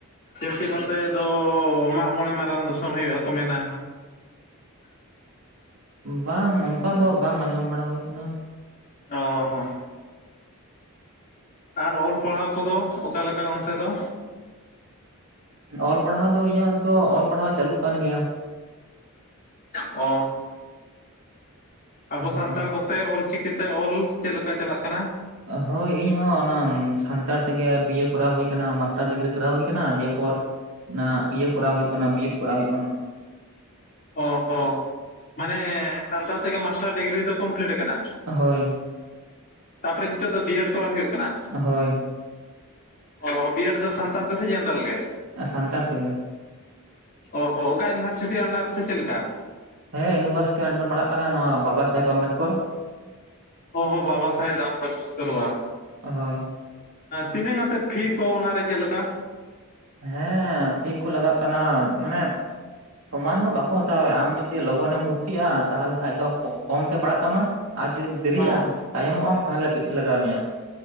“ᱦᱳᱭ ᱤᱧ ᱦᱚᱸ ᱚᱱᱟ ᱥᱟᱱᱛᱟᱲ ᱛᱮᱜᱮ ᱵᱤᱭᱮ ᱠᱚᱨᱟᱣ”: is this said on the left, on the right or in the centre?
Right